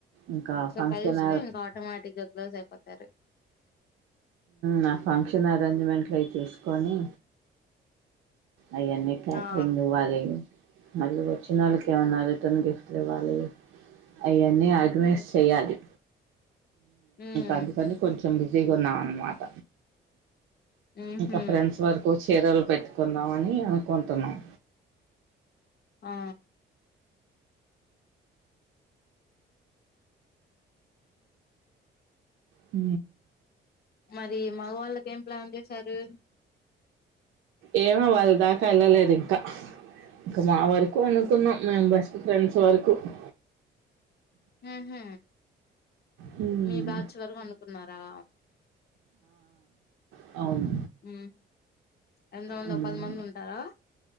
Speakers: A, on the right; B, on the left.
A: ఇంకా
B: ఒకసారి
A: ఫంక్షన్
B: కలిస్తే ఇంకా ఆటోమేటిక్ గా క్లోజ్ అయిపోతారు
A: నా ఫంక్షన్ అరేంజ్మెంట్లు అవి చూసుకొని అవన్నీ క్యాటరింగ్
B: ఆ
A: ఇవ్వాలి మళ్ళీ వచ్చిన వాళ్ళకి కమన్నా రిటర్న్ గిఫ్ట్లు ఇవాలి అయన్నీ
B: ఉహు
A: అడ్వైస్ చెయాలి
B: ఉమ్
A: అందుకని కొంచెం జన్నాన్న మాట
B: ఉహు
A: ఇంకా ఫ్రెండ్స్ వరకు వచ్చ చీరలు పెట్టుకుందామని అనుకుంటున్నాం
B: ఆ
A: హ
B: మరి మగవాళ్ళకి ఏం ప్లాన్ సరుర
A: ఏమో వాళ్ళ దాకా వెళ్ళలేదు ఇంకా మా వరకు అనుకున్నాం మేము బెస్ట్ ఫ్రెండ్స్ వరకు కు
B: హ హ
A: హ్మ్.
B: మీ బ్యాార్చ్ వరకు అనుకున్నారా
A: ఆ అవును.
B: ఉ ఎంతమంది
A: హ్మ్.
B: ఓ పది మంది ఉంటారా